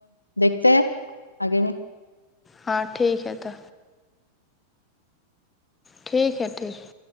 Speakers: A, on the left; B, on the left.
A: دیکھتے ہے آگے میں
B: ہاں ٹھیک ہے تو ٹھیک ہے ٹھیک ہے